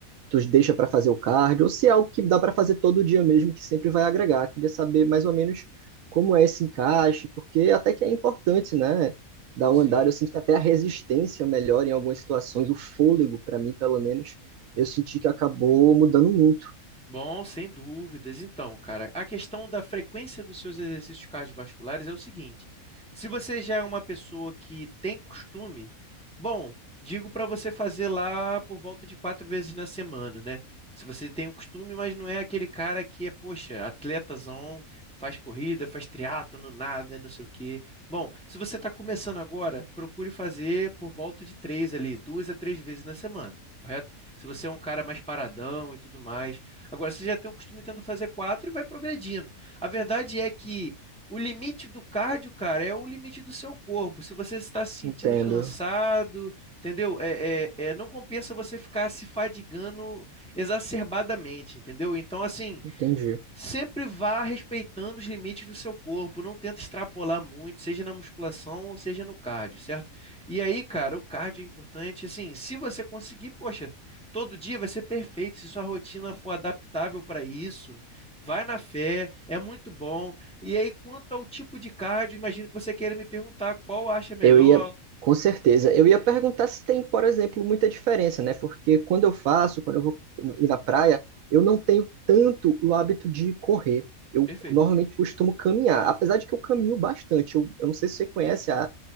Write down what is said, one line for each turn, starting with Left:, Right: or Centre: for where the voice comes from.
Right: tu deixa para fazer o cardio, ou se é algo que dá para fazer todo dia mesmo, que sempre vai agregar. Queria saber mais ou menos como é esse encaixe, porque até que é importante, né? Dar
Centre: sim.
Right: um andar, eu sinto que até a resistência melhora em algumas situações, o fôlego, para mim, pelo menos, eu senti que acabou mudando muito.
Centre: Bom, sem dúvidas. Então, cara, a questão da frequência dos seus exercícios cardiovasculares é o seguinte: se você já é uma pessoa que tem costume, bom, digo para você fazer lá por volta de quatro vezes na semana, né? Se você tem o costume, mas não é aquele cara que é, poxa, atletazão, faz corrida, faz triatlo, nada, não sei o quê. Bom, se você está começando agora, procure fazer por volta de três ali, duas a três vezes na semana, correto? Se você é um cara mais paradão e tudo mais. Agora, você já tem um costume tentando fazer quatro e vai progredindo. A verdade é que o limite do cardio, cara, é o limite do seu corpo. Se você está se sentindo
Right: Entendo,
Centre: cansado, entendeu? É, é, é, não compensa você ficar se fadigando exacerbadamente, entendeu? Então, assim,
Right: entendi.
Centre: Sempre vá respeitando os limites do seu corpo, não tenta extrapolar muito, seja na musculação ou seja no cardio, certo? E aí, cara, o cardio é importante, assim, se você conseguir, poxa, todo dia vai ser perfeito, se sua rotina for adaptável para isso, vai na fé, é muito bom. E aí, quanto ao tipo de cardio, imagino que você queira me perguntar qual acha melhor.
Right: Eu ia, com certeza, eu ia perguntar se tem, por exemplo, muita diferença, né? Porque quando eu faço, quando eu vou ir na praia, eu não tenho tanto o hábito de correr. Eu
Centre: Perfeito.
Right: normalmente costumo caminhar, apesar de que eu caminho bastante. Eu, eu não sei se você conhece, a,